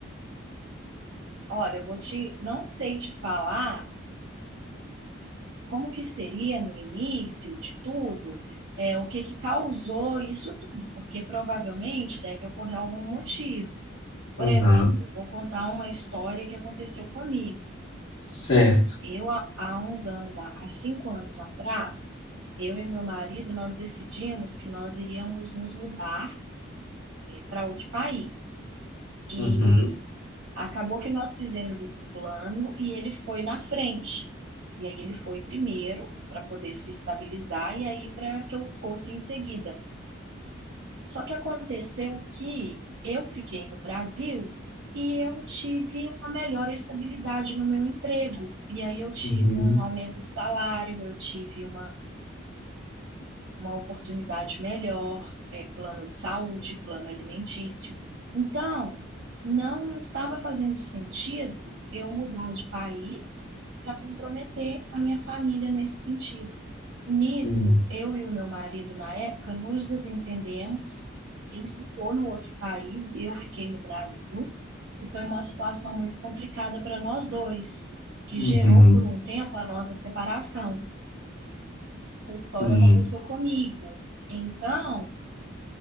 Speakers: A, on the right; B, on the left.
A: olha, eu vou te, não sei te falar como que seria no início de tudo, é, o que que causou isso tudo, porque provavelmente deve ocorrer algum motivo. Por
B: Aham,
A: exemplo, vou contar uma história que aconteceu comigo.
B: certo.
A: Eu, há, há uns anos, há, há cinco anos atrás, eu e meu marido, nós decidimos que nós iríamos nos mudar para outro país. E
B: Uhum,
A: acabou que nós fizemos esse plano e ele foi na frente. E aí ele foi primeiro para poder se estabilizar e aí para que eu fosse em seguida. Só que aconteceu que eu fiquei no Brasil e eu tive uma melhor estabilidade no meu emprego. E aí eu tive
B: uhum,
A: um aumento de salário, eu tive uma uma oportunidade melhor, é, plano de saúde, plano alimentício. Então, não estava fazendo sentido eu mudar de país para comprometer a minha família nesse sentido. Nisso,
B: uhum,
A: eu e o meu marido, na época, nos desentendemos. Ele ficou no outro país, eu fiquei no Brasil, e foi uma situação muito complicada para nós dois, que
B: uhum,
A: gerou por um tempo a nossa separação. Essa história
B: uhum,
A: aconteceu comigo. Então,